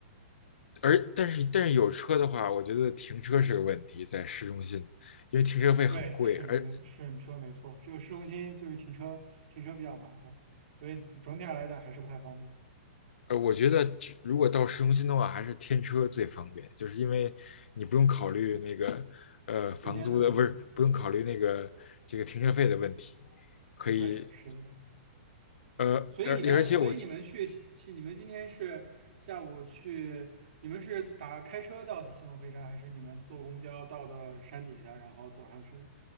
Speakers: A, on the left; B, on the right.
A: 而但是但是有车的话，我觉得停车是个问题，在市中心，因为停车费很贵，
B: 对，是你没是你说的没错，
A: 而
B: 这个市中心就是停车停车比较麻烦，所以总整体上来讲还是不太方便。
A: 呃，我觉得只如果到市中心的话，还是天车最方便，就是因为你不用考虑那个呃房租的，
B: 对，时间的问题，
A: 不是不用考虑那个这个停车费的问题，可以
B: 对，是的。
A: 呃而而且我
B: 所以你们，所以你们去西去，你们今天是下午去，你们是打开车到的西蒙飞沙，还是你们坐公交到的山底下，然后走上去的？